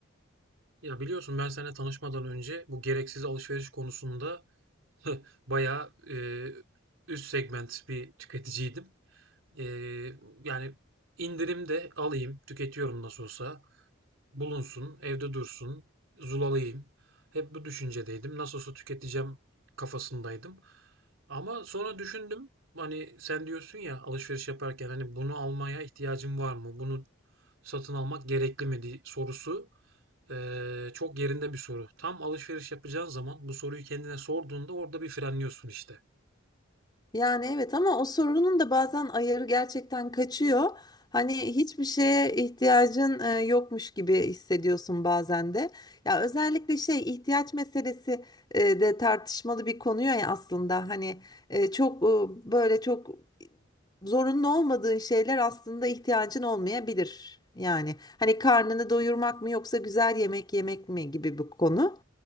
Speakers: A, on the right (about 70°); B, on the left (about 20°).
A: Ya, biliyorsun ben seninle tanışmadan önce bu gereksiz alışveriş konusunda bayağı, eee, üst segment bir tüketiciydim. Eee, yani indirim de alayım, tüketiyorum nasıl olsa, bulunsun, evde dursun, zulalayayım. Hep bu düşüncedeydim. Nasıl olsa tüketeceğim kafasındaydım. Ama sonra düşündüm, hani, sen diyorsun ya alışveriş yaparken, hani, bunu almaya ihtiyacım var mı? Bunu satın almak gerekli mi diye sorusu eee, çok yerinde bir soru. Tam alışveriş yapacağın zaman bu soruyu kendine sorduğunda orada bir frenliyorsun işte.
B: Yani evet ama o sorunun da bazen ayarı gerçekten kaçıyor. Hani hiçbir şeye ihtiyacın e, yokmuş gibi hissediyorsun bazen de. Ya özellikle şey ihtiyaç meselesi e, de tartışmalı bir konu ya aslında. Hani e, çok e, böyle çok zorunlu olmadığın şeyler aslında ihtiyacın olmayabilir. Yani hani karnını doyurmak mı yoksa güzel yemek yemek mi gibi bir konu.